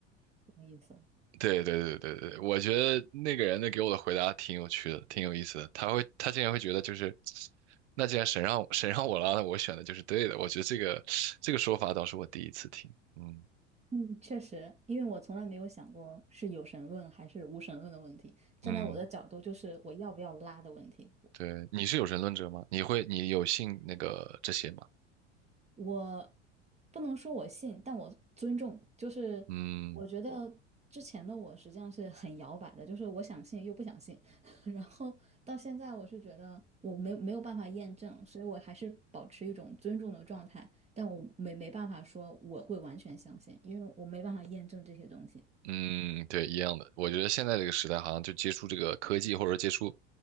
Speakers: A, on the right; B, on the right.
A: 什么意思？
B: 对对对对对，我觉得那个人的给我的回答挺有趣的，挺有意思的。他会，他竟然会觉得就是，那既然神让神让我拉，那我选的就是对的。我觉得这个这个说法倒是我第一次听。嗯
A: 嗯，确实，因为我从来没有想过是有神论还是无神论的问题。站在我的角度，
B: 嗯，
A: 就是我要不要拉的问题。
B: 对，你是有神论者吗？你会，你有信那个这些吗？
A: 我不能说我信，但我尊重。就是我觉得之前的我实际上是很摇摆的，
B: 嗯
A: 就是我想信又不想信。<laughs> 然后到现在，我是觉得我没没有办法验证，所以我还是保持一种尊重的状态。但我没没办法说我会完全相信，因为我没办法验证这些东西。
B: 嗯，对，一样的。我觉得现在这个时代，好像就接触这个科技，或者说接触